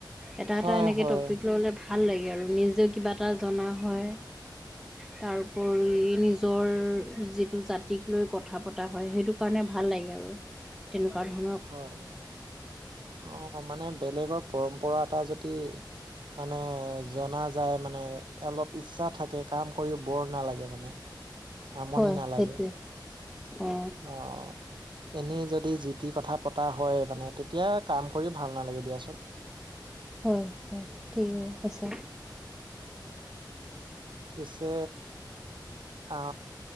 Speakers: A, in the centre; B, on the right.
A: এটা
B: হয়
A: এটা এনেকে
B: হয়।
A: টপিক ললে ভাল লাগে আৰু নিজেও কিবা এটা জনা হয়। তাৰোপৰি নিজৰ যিটো জাতিক লৈ কথা পতা হয় সেইটো কাৰণে ভাল লাগে আৰু।
B: <inaudible>
A: তেনেকুৱা ধ
B: হয়। অ মানে বেলেগৰ পৰম্পৰা এটা যদি মানে জনা যায় মানে অলপ ইচ্ছা থাকে কাম কৰি ব'ৰ নালাগে মানে, আমনি
A: হয়
B: নালাগে।
A: সেইটোৱে অ।
B: অ এনেই যদি জিটি কথা পতা হয় মানে তে এতিয়া কাম কৰি ভাল নালাগে দিয়াচোন।
A: হয় হয় ঠিকে
B: অ
A: আছে।
B: পিছে অ